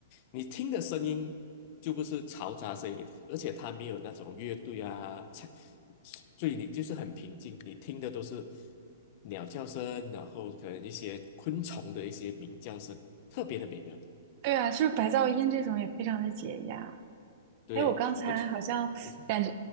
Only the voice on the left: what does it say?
你听的声音就不是嘈杂声音，而且它没有那种乐队啊，唱所以你就是很平静，你听的都是鸟叫声，然后可能一些昆虫的一些鸣叫声，特别的美妙。
对，
我，嗯